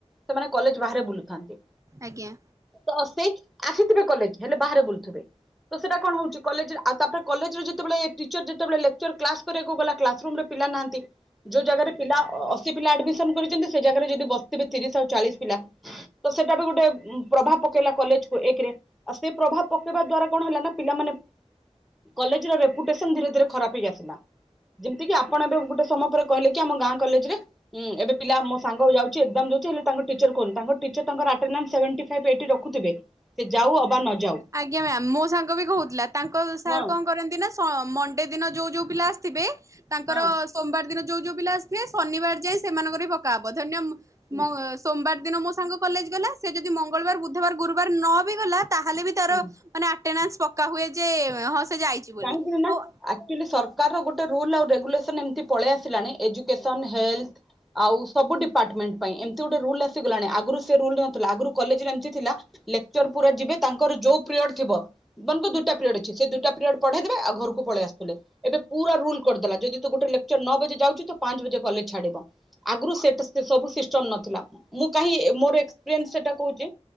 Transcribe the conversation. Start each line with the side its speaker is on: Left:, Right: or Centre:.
Centre: ସେମାନେ କଲେଜ ବାହାରେ ବୁଲୁଥାନ୍ତି।
Right: ଆଜ୍ଞା।
Centre: ତ ସେ ଆସିଥିବେ କଲେଜ ହେଲେ ବାହାରେ ବୁଲୁଥିବେ। ତ ସେଇଟା କଣ ହଉଛି କଲେଜ ଆଉ ତାପରେ କଲେଜରେ ଯେତେଳେ ଟିଚର ଯେତେବେ ଲେଚର କ୍ଲାସ କରିଆକୁ ଗଲା କ୍ଲାସରୁମ ରେ ପିଲା ନାହାନ୍ତି ଯୋଉ ଜାଗାରେ ପିଲା ଅଶୀ ପିଲା ଆଡମିସନ କରିଛନ୍ତି ସେ ଜାଗାରେ ଯଦି ବସିଥିବେ ତିରିଶ ଆଉ ଚାଳିଶ ପିଲା ତ ସେଇଟା ବି ଗୋଟେ ପ୍ରଭାବ ପକେଇଲା କଲେଜକୁ ଏକରେ ଆଉ ସେ ପ୍ରଭାବ ପକେଇବା ଦ୍ଵାରା କଣ ହେଲା ନା ପିଲାମାନେ କଲେଜ ର ରେପୁଟେସନ ଧୀରେଧୀରେ ଖରାପ ହେଇ ଆସିଲା। ଯେମିତି କିି ଆପଣ ଏବେ ଗୋଟେ ସମୟ ପରେ କହିଲେ କି ଆମ ଗାଁ କଲେଜରେ ଉଁ ଏବେ ପିଲା ମୋ ସାଙ୍ଗ ଯାଉ ଚି ଏକ୍ସଜାମ ଦଉଚି ହେଲେ ତାଙ୍କ ଟିଚର କ ତାଙ୍କ ଟିଚର ତାଙ୍କର ଅଟେଡେନ୍ସ ସେଭଣ୍ଟିଫାଇଭ ଏଟି ରଖୁଥିବେ। ସେ ଯାଉ ଅବା ନଯାଉ।
Right: ଆଜ୍ଞା ମ୍ୟାମ୍ ମୋ ସାଙ୍ଗ ବି କହୁଥିଲା ତାଙ୍କ ସାର
Centre: ହଁ
Right: କଣ କରନ୍ତି ନା ସ ମଣ୍ଡେ ଦିନ ଯୋଉ ଯୋଉ ପିଲା ଆସିଥିବେ ତାଙ୍କର
Centre: ହଁ
Right: ସୋମବାର ଦିନ ଯୋଉ ଯୋଉ ପିଲା ଆସିଥିଏ ଶନିବାର ଯାଇ ସେମାନଙ୍କର ବି ପକା ହବ ଧରିନିଅ
Centre: ହୁଁ
Right: ମଁ ସୋମବାର ଦିନ ମୋ ସାଙ୍ଗ କଲେଜ ଗଲା ସେ ଯଦି ମଙ୍ଗଳବାର, ବୁଧବାର, ଗୁରୁବାର ନ ବି ଗଲା ତାହେଲେ ବି ତାର
Centre: ହୁଁ।
Right: ମାନେ ଆଟେନେସ ପକା ହୁଏ ଯେ ହଁ ସେ ଯାଇଛି। ବୋଲି।
Centre: କାହିଁକି ନା
Right: ଆଉ
Centre: ଆକ୍ଚୁଲି ସର ର ଗୋଟେ ରୁଲ ଆଉ ରେଗୁଲେସନ ଏମିତି ପଳେଇ ଆସିଲାଣି ଏଜୁକେସନ ହେଲ୍ଥ ଆଉ ସବୁ ଡିପାଟମେଣ୍ଟ ପାଇଁ ଏମିତି ଗୋଟେ ରୁଲ ଆସିଗଲାଣି ଆଗରୁ ସେ ରୁଲରେ ନଥିଲା ଆଗରୁ କଲେଜରେ ଏମିତି ଥିଲା ଲେକ୍ଚର ପୁରା ଯିବେ ତାଙ୍କର ଯୋଉ ପ୍ରିଅଡ ଥିବ ଦନ୍ତୁ ଦୁଇଟା ପ୍ରିଅଡ଼ ଅଛି ସେ ଦୁଟା ପ୍ରି ପଢେଇ ଦେବେ ଆଉ ଘରକୁ ପଳେଇ ଆସୁଥିଲେ। ଏବେ ପୁରା ରୁଲ କରିଦେଲା ଯଦି ତୁ ଗୋଟେ ଲେକ୍ଚର ନଅ ବଜେ ଯାଉଚି ତ ପାଞ୍ଚ ବାଜେ କଲେଜ ଛାଡିବ। ଆଗୁରୁ ସେଟେ ସବୁ ସିଷ୍ଟମ ନଥିଲା। ମୁଁ କାହିଁ ମୋର ଏକ୍ସପିରିଏନ୍ସ ସେଟା କହୁଛି